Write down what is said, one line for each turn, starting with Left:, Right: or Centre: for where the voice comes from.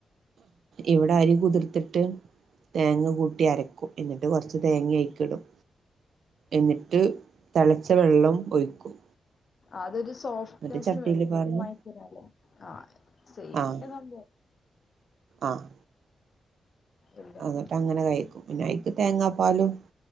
Right: ഇവിടെ ആരി കുതിർത്തിട്ട് തേങ്ങ കൂട്ടി അരക്കും എന്നിട്ട് കൊറച്ച് തേങ്ങി അയിക്കിടും എന്നിട്ട് തെളച്ച വെള്ളം ഒഴിക്കും
Left: അതൊരു സോഫ്റ്റ്നെസ്ന്
Right: എന്നിട്ട് ചട്ടിയില്
Left: വേണ്ടിയിട്ട്
Right: പാർന്ന്
Left: ഒരു മയത്തിനാ ല്ലെ ആഹ് സെയിംന്നെ
Right: ആഹ്
Left: കണ്ട്
Right: ആഹ്
Left: എല്ലാം
Right: എന്നിട്ട് അങ്ങനെ കഴിക്കും പിന്നെ അയിക്ക് തേങ്ങാപ്പാലും